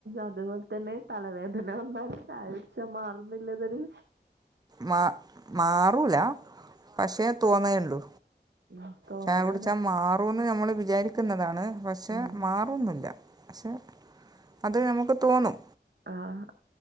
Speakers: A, on the right (about 80°); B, on the right (about 20°).
A: അത് കൊ തന്നെ തലവേദന വന്നാൽചായ കുട്ചാൽ മാറുംന്നില്ലതൊര്
B: മാ മാറൂല പക്ഷേ തോന്നേഒള്ളൂ
A: ഉം തോന്നലാണ്
B: ചായ കുടിച്ചാ മാറൂന്ന് നമ്മള് വിചാരിക്ക്ന്നതാണ് പക്ഷേ
A: ഉം
B: മാറൊന്നുല്ല പക്ഷെ അത് നമുക്ക് തോന്നും
A: ആഹ്